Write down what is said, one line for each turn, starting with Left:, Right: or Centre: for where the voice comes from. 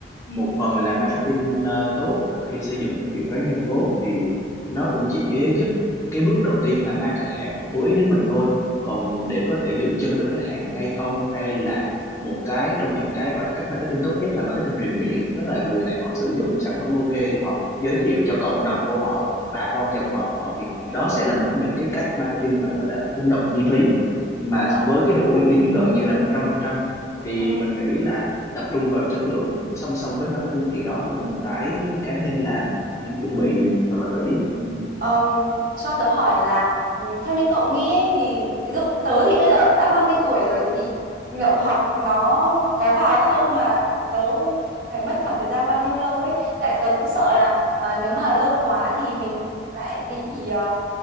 Left: một phần là marketing ờ, tốt khi xây dựng thương hiệu cá nhân tốt thì nó cũng chỉ giúp cái bước đầu tiên là mang khách hàng họ chú ý đến mình thôi còn
Right: Ừ.
Left: để có thể giữ chân được khách hàng hay không hay là một cái trong những cái gọi là cách marketing tốt nhất là marketing truyền miệng tức là người này họ sử dụng sản phẩm ok thì họ giới thiệu cho cộng đồng của họ bà con dòng họ của họ thì
Right: Ừ.
Left: đó sẽ là một trong những cái cách marketing mà gọi là không đồng chi phí mà
Right: đúng rồi
Left: với cái độ uy tín gần như là một trăm phần trăm thì
Right: ừ.
Left: mình nghĩ là tập trung vào chất lượng song song với marketing thì đó cũng là một cái cái nên làm nên
Right: Ừ.
Left: chuẩn
Right: Ừ.
Left: bị thật là kỹ Ừ.
Right: Ờm, cho tớ hỏi là ừ, theo như cậu nghĩ ấy, thì ví dụ tớ thì bây giờ đã 30 tuổi rồi thì lậu học nó có vào không mà tớ phải mất khoảng thời gian bao nhiêu lâu ấy tại tớ cũng sợ là ờ, nếu mà lâu quá thì mình lại bị ờ,